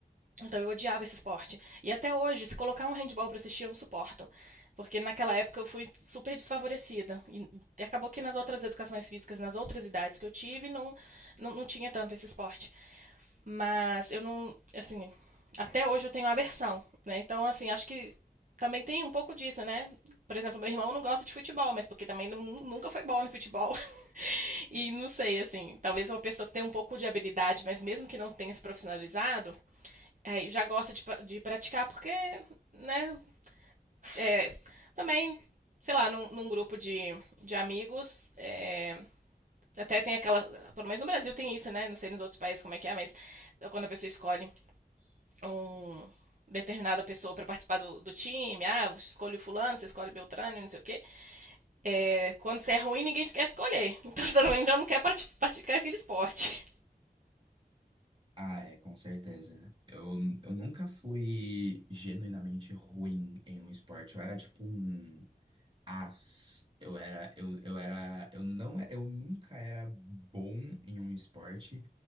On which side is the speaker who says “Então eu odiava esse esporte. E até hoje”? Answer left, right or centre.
Right